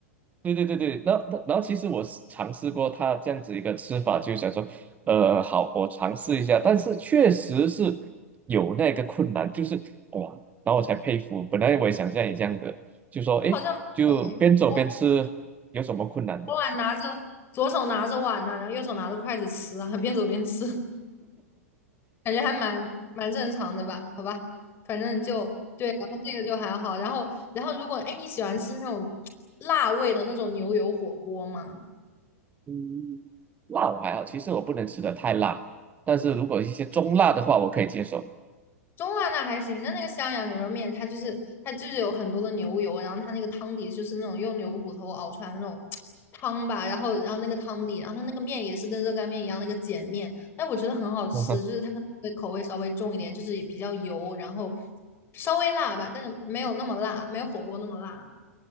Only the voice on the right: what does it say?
对对对对，然后然后其实我是尝试过他这样子一个吃法，就想说，呃，好，我尝试一下，但是确实是有那个困难，就是哇，然后我才佩服，本来我也想像你这样的，就说诶，
就边走边吃有什么困难的？
嗯，辣我还好，其实我不能吃的太辣，但是如果一些中辣的话，我可以接受。
<laughs>